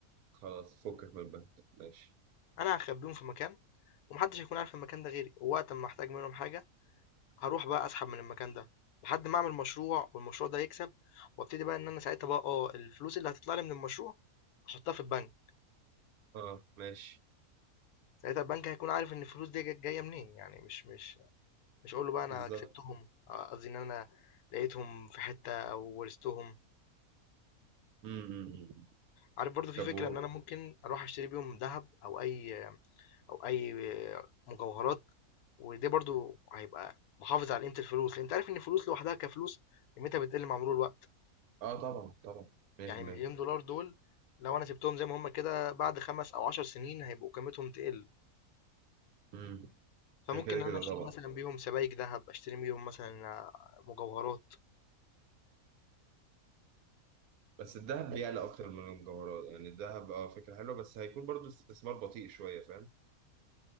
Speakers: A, on the right (about 75°); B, on the left (about 80°).
A: خلاص فكك من البنك ماشي
B: أنا هخبيهم في مكان ومحدش هيكون عارف المكان ده غيري ووقت ما أحتاج منهم حاجة هروح بقى أسحب من المكان ده لحد ما أعمل مشروع والمشروع ده يكسب وابتدي بقى إن أنا ساعتها بقى أه الفلوس اللي هتطلع لي من المشروع أحطها في البنك
A: اه ماشي
B: ساعتها البنك هيكون عارف إن الفلوس دي جاية منين يعني مش مش مش هاقول له بقى أنا
A: بالظبط
B: كسبتهم آه، قصدي إن أنا لقيتهم في حتة أو ورثتهم
A: امم
B: عارف برضو في
A: طب
B: فكرة
A: و...
B: إن أنا ممكن أروح أشتري بيهم ذهب أو أي أو أي مجوهرات وده برضو هيبقى محافظ على قيمة الفلوس لأن أنت عارف إن الفلوس لوحدها كفلوس قيمتها بتقل مع مرور الوقت
A: اه طبعا طبعا 100%
B: يعني المليون دولار دول لو أنا سبتهم زي ما هما كده بعد خمس أو عشر سنين هيبقوا قيمتهم تقل
A: امم
B: فممكن
A: كده كده
B: إن
A: كده
B: أنا أشتري
A: طبعا
B: مثلا بيهم سبائك ذهب أشتري بيهم مثلا آه، مجوهرات
A: بس الذهب بيعلى اكتر من الجوهرات يعني الذهب اه فكره حلوه بس هيكون برضو استثمار بطيء شويه فاهم